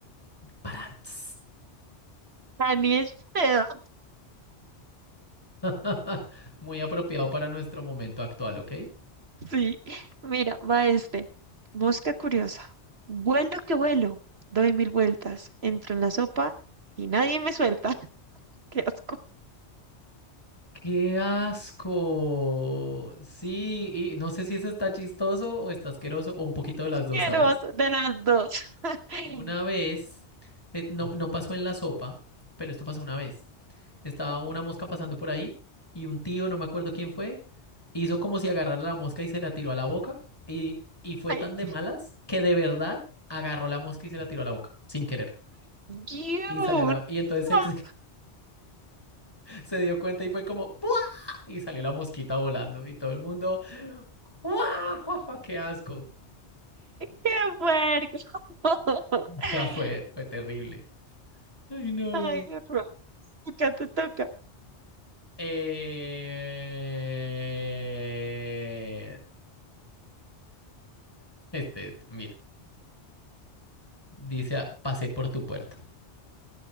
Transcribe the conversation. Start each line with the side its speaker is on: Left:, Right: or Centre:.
Left: Parantz.
Right: Daniel Fredo.
Left: <laughs> Muy apropiado para nuestro momento actual, ¿ok?
Right: Sí, mira, va este. Mosca curiosa. Vuelo que vuelo, doy mil vueltas, entro en la sopa y nadie me suelta. <laughs> Qué asco.
Left: ¡Qué asco! Sí, y no sé si eso está chistoso o está asqueroso o un poquito de las
Right: Asqueroso
Left: dos, ¿sabes?
Right: de las dos. Ay,
Left: Una vez, eh, no, no pasó en la sopa, pero esto pasó una vez. Estaba una mosca pasando por ahí y un tío, no me acuerdo quién fue, hizo como si agarrara la mosca y se la tiró a la boca y, y fue
Right: ay,
Left: tan de malas que de verdad agarró la mosca y se la tiró a la boca, sin querer.
Right: you.
Left: Y salió la... Y entonces
Right: no,
Left: él <laughs> se se dio cuenta y fue como... "¡Pu!". Y salió la mosquita volando y todo el mundo, ¡guau, guau, guau, qué asco!
Right: Qué puerco. <laughs>
Left: O sea, fue, fue terrible. Ay, no.
Right: Ay, horror. Acá te toca.
Left: Eh, Este, este, mira. Dice, ah, pasé por tu puerta.